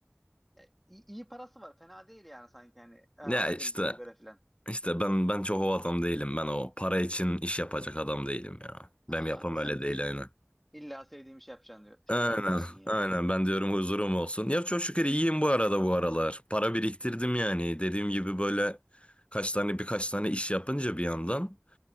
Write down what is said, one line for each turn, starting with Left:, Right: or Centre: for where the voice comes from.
Centre: ya iyi, iyi parası var fena değil yani sanki hani
Left: <laughs>
Centre: e, asgari
Left: Ya işte
Centre: ücrete göre filan
Left: işte ben ben çok o adam değilim. Ben o para için iş yapacak adam değilim ya. Ben
Centre: Aa,
Left: yapam öyle
Centre: sen
Left: değil
Centre: il-
Left: aynen.
Centre: illa sevdiğim şey yapacaksın diyor, şey
Left: Aynen,
Centre: yapacağım diyorsun ya.
Left: aynen. Ben diyorum huzurum olsun. Ya çok şükür iyiyim bu arada bu aralar. Para biriktirdim yani. Dediğim gibi böyle kaç tane birkaç tane iş yapınca bir yandan